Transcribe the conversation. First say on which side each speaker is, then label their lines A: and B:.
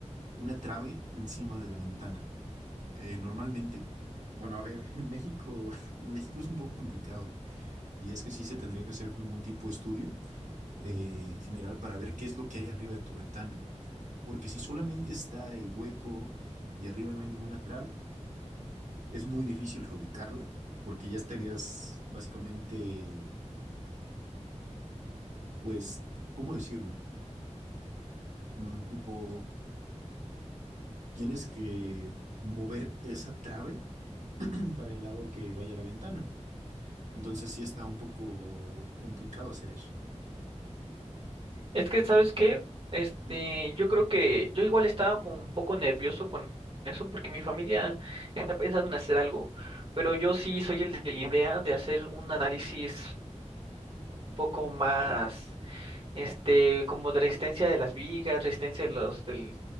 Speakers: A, on the right; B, on the right.
A: una trave encima de la ventana. Eh, normalmente, bueno, a ver, <laughs> en México, en México es un poco complicado. Y es que sí se tendría que hacer como un tipo de estudio eh, en general para ver qué es lo que hay arriba de tu ventana, porque si solamente está el hueco y arriba no hay ninguna trave, es muy difícil reubicarla, porque ya estarías básicamente, pues, ¿cómo decirlo? Mm, tipo, tienes que mover esa trave <clears throat> para el lado que vaya la ventana. Entonces sí está un poco complicado hacer eso.
B: Es que, ¿sabes qué? Este,
A: Ujú.
B: yo creo que yo igual estaba como un poco nervioso con eso porque mi familia está pensando en hacer algo, pero yo sí soy el de la idea de hacer un análisis un poco más,
A: Vale.
B: este, como de resistencia de las vigas, resistencia de los, del,